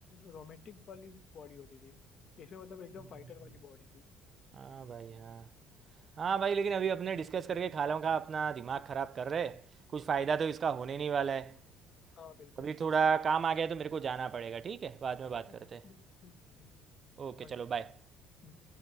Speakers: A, on the left (about 50°); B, on the right (about 40°).
A: रोमांटिक वाली बॉडी होती थी इसमें मतलब एकदम
B: हम्म,
A: फाइटर वाली बॉडी थी
B: हाँ भाई हाँ हाँ भाई लेकिन अभी अपने डिस्कस करके खालों का अपना दिमाग ख़राब कर रहे कुछ फ़ायदा तो इसका होने नहीं वाला है
A: हाँ बिल्कुल
B: अभी थोड़ा काम आ गया है, तो मेरे को जाना पड़ेगा ठीक है बाद में बात
A: बिल्कुल
B: करते हैं
A: बिल्कुल बिल्कुल,
B: ओके
A: बाय
B: चलो बाय
A: हम्म।